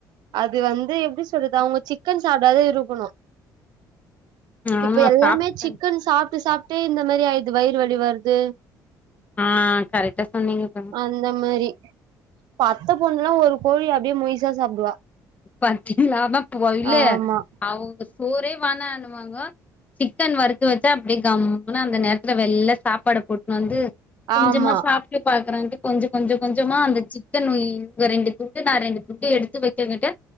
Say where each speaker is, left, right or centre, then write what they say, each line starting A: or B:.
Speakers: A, on the right (about 70°); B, on the left (about 20°).
A: அது வந்து எப்டி சொல்றது அவுங்க சிக்கன் சாப்டாதே இருக்குணு
B: ஆமா
A: இப்பு எல்லாமே
B: சாப்ட்டுட்டேங்க
A: சிக்கன் சாப்ட்டு சாப் ட்டு இந்த மாரி ஆயிருது வயிறு வலி வருது
B: ஆ கரக்ட்டா சொன்னீங்கப்ப
A: அந்த மாரி ச அத்த பொண்ணுல்லா ஒரு கோழி அப்டியே முயிசா சாப்டுவா
B: பாத்திங்லா அதா போ இல்லே
A: ஆமா
B: அவங்க சோறே வானானுவாங்கோ சிக்கன் வறுத்து வச்சா அப்டியே கம்முனு அந்த நேரத்துல வெள்ள சாப்பாட போட்ணு வந்து கொஞ்சமா
A: ஆமா
B: சாப் ப்டி பாக்கறான்ட்டு கொஞ்சு கொஞ்சு கொஞ்சமா அந்த சிக்கன் உயி இவ ரெண்டு துண்டு நா ரெண்டு துண்டு எடுத்து வக்கங்கிட்ட